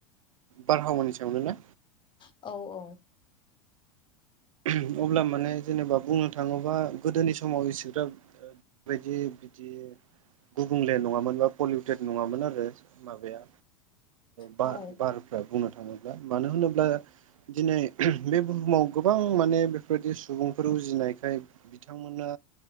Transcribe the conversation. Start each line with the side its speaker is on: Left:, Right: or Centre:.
Right: बारहावानि सायावनो ना?
Left: औ औ
Right: अब्ला माने जेनेबा बुंनो थाङोबा गोदोनि समाव इसिग्राब बायदि बिदि गुबुंले नङामोन बा पलिउटेड नङामोन आरो माबाया बार
Left: औ
Right: बारफ्रा बुंओ थाङोब्ला मानो होनोब्ला दिनै बे बुहुमाव गोबां माने बेफोरदि सुबुंफोर उजिनायखाय बिथांमोना